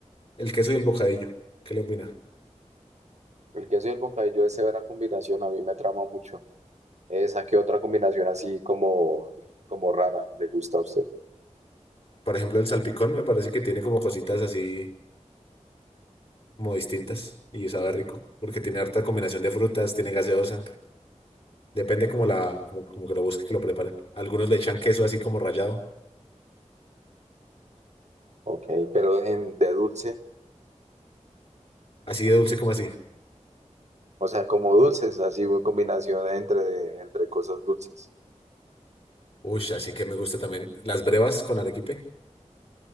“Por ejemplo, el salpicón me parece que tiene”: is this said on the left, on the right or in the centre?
Left